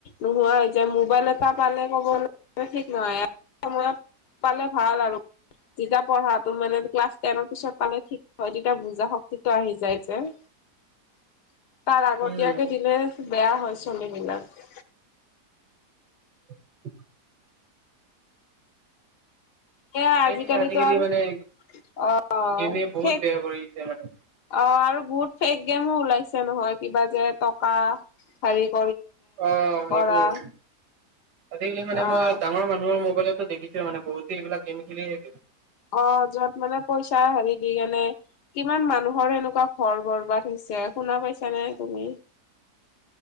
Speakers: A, on the left (about 80°); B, on the right (about 85°).
A: নোহোৱা হৈ যায় মোবাইলত <inaudible> পঢ়াটো মানে ক্লাছ টেনৰ পিছত পালে ঠিক হয়, তেতিয়া বুজা শক্তিটো আহি যায় যে। <unintelligible> তাৰ আগতীয়াকে
B: উম
A: দিলে বেয়া হয়, ছোৱালীবিলাক।
B: <inaudible>
A: সেয়া আজিকালিতো
B: এই আজিকালি
A: আৰু
B: মানে
A: অ', <unintelligible>
B: গেমে বহুত বেয়া কৰি
A: অ',
B: দিছে মানে
A: আৰু বহুত ফেক গেমো ওলাইছে নহয় কিবা যে টকা <unintelligible>
B: অ', সেইবোৰ।
A: কৰা
B: আজিকালি মানে
A: অ',
B: মই ডাঙৰ মানুহৰ মো বাইলটো দেখিছোঁ মানে বহুতে এইবিলাক গেম খেলি থাকে।
A: অ', য'ত মানে পইচা হেৰি দি কেনে কিমান মানুহৰ এনেকুৱা ঘৰ বাৰ বৰবাদ হৈছে শুনা পাইছানে তুমি?